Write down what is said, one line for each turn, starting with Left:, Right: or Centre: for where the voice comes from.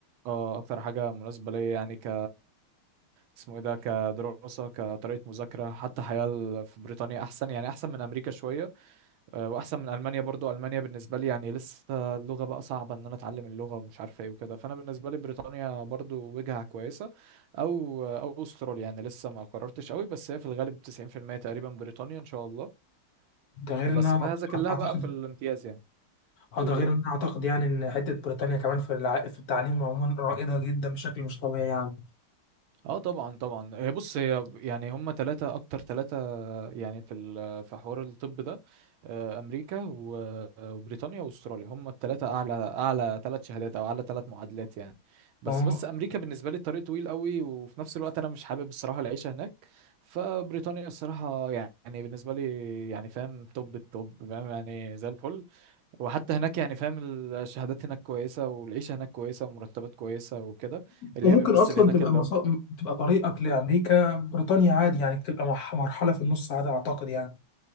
Right: اه اكتر حاجه مناسبه ليا يعني ك اسمه ايه ده كدراسه كطريقه مذاكره حتى حياه ال- في بريطانيا احسن يعني احسن من امريكا شويه آه، واحسن من المانيا برضو المانيا بالنسبه لي يعني لسه اللغه بقى صعبه ان انا اتعلم اللغه ومش عارفه ايه وكده فانا بالنسبه لي بريطانيا برضو وجهه كويسه او او استراليا يعني لسه ما قررتش قوي بس هي في الغالب 90% تقريبا بريطانيا ان شاء الله
Left: ده غير
Right: بس
Left: انها
Right: فهي ذاكر لها
Left: اعتقد
Right: بقى في الامتياز يعني
Left: اه
Right: تقول
Left: ده غير
Right: ايه
Left: ان انا اعتقد يعني ان حته بريطانيا كمان في الع... في التعليم عموما رائده جدا بشكل مش طبيعي يعني
Right: اه طبعا طبعا هي بص هي يعني هم ثلاثة اكتر ثلاثة يعني في ال- في حوار الطب ده آه، امريكا و- وبريطانيا واستراليا هم الثلاثه اعلى اعلى ثلاث شهادات او اعلى ثلاث معادلات يعني بس
Left: وم-
Right: بس امريكا بالنسبه لي الطريق طويل قوي وفي نفس الوقت انا مش حابب الصراحه العيشه هناك فبريطانيا الصراحه يعني بالنسبه لي يعني فاهم توب التوب فاهم يعني زي الفل وحتى هناك يعني فاهم الشهادات هناك كويسه والعيشه هناك كويسه ومرتبات كويسه وكده العيب
Left: وممكن
Right: بس
Left: اصلا
Right: اللي هناك
Left: تبقى
Right: اللي
Left: مصا... تبقى طريقك لامريكا بريطانيا عادي يعني تبقى مح- مرحله في النص عادي اعتقد يعني